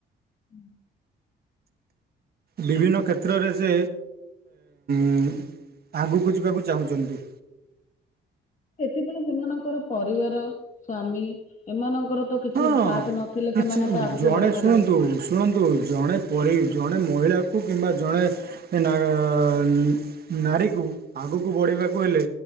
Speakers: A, on the left; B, on the right.
A: ହୁଁ।
B: ବିଭିନ୍ନ କ୍ଷେତ୍ରରେ ସେ <inaudible> ଆଗକୁ ଯିବାକୁ ଚାହୁଁଛନ୍ତି।
A: ସେଥିପାଇଁ ସେମାନଙ୍କର ପରିବାର ସ୍ଵାମୀ ଏମାନଙ୍କର ତ କିଛି
B: ହଁ।
A: ସାଥ ନଥିଲେ
B: କିଛି
A: ସେମାନେ ତ ଆଗକୁ
B: ଜଣେ
A: ବଢି ପାରିବେନି।
B: ଶୁଣନ୍ତୁ ଶୁଣନ୍ତୁ ଜଣେ ପରି ଜଣେ ମହିଳାକୁ କିମ୍ବା ଜଣେ ନା <inaudible> ନାରୀକୁ ଆଗକୁ ବଢିବାକୁ ହେଲେ